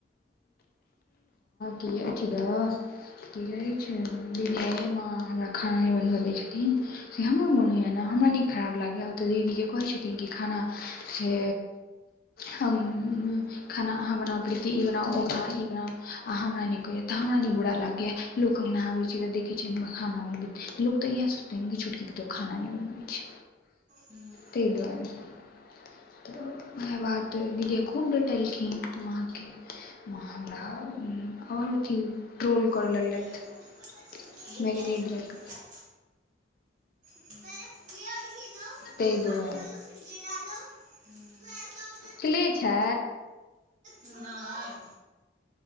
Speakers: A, on the left (about 50°); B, on the right (about 40°).
A: क अखी द की रहै छै बुझलियै माँ हमरा खाना नै बनब दै छथिन से हमरो मोन होइए ने हमरा नीक खराब लागैए ओतय दीदीके कहै छथिन कि खाना से हम खाना आहाँ बना प्रीति ई बना ओ बना ई बना आहाँ हमरा कहु तऽ हमरा न बुरा लागैया लोको अंगनाबे छै तऽ देख छै खाना बनैबत त इहेे सोचतै छोटकी पुतौह खाना नहि बनबै छै
B: हम्म
A: तहि दुआरे तऽ उएह बात दीदिया खूब डटलखिन माँ के व हमरा ओर अथि ट्रोल करय
B: मम्मी
A: लगलथि
B: मुझे पता चल गया ये
A: मगनेडीयक
B: कैसे बनता है पहले ये और घी लो पहले
A: त‌ई
B: पानी
A: दुवा
B: डालो फिर ये डालो तो ऐसा हो
A: क्ले छै
B: नय